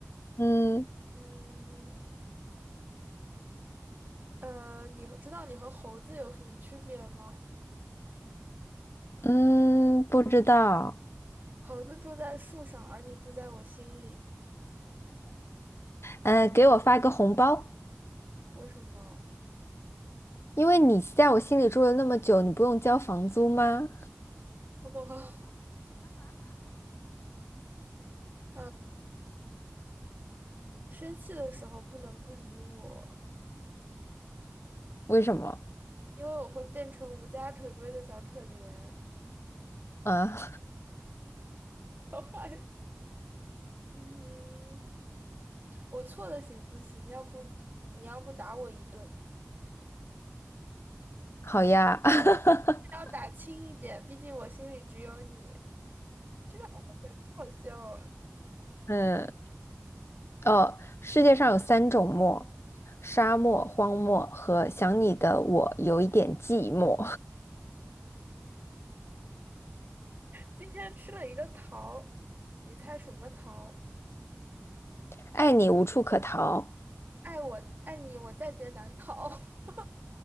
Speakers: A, on the left (about 55°); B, on the right (about 40°).
A: 嗯
B: 嗯，呃，你和知道你和猴子有什么区别吗？
A: 嗯，不知道。
B: 猴子住在树上，而你住在我心里。
A: 嗯、给我发个红包，
B: 为什么？
A: 因为你在我心里住了那么久，你不用交房租吗？
B: <laughs> 我生气的时候不能不理我，
A: 为什么？
B: 因为我会变成无家可归的小可怜。
A: 啊，
B: <laughs> 超坏。嗯，我错了行不行？要不你要不打我一顿，
A: 好呀。<laughs>
B: 要打轻一点，毕竟我心里只有你。这个好像好笑啊！
A: 嗯。呃，世界上有三种漠：沙漠、荒漠和想你的我有一点寂寞，
B: 今天吃了一个桃，你猜什么桃？
A: <laughs> 爱你无处可逃
B: 爱我爱你，我在劫难逃。<laughs>